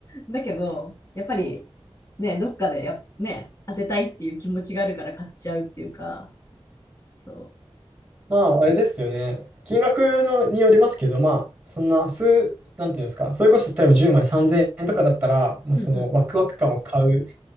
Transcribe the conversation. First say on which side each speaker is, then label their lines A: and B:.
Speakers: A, on the left; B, on the right.
A: だけど、やっぱり、ね、どっかでや、ね、当てたいっていう気持ちがあるから買っちゃうっていうか、そ
B: まあ、あれですよね。金額のによりますけど、まあ、そんな数、なんていうんですか、それこそ例えば10枚3000円とかだったら、まあ、
A: う。
B: そのワクワク感を買う
A: うんうん。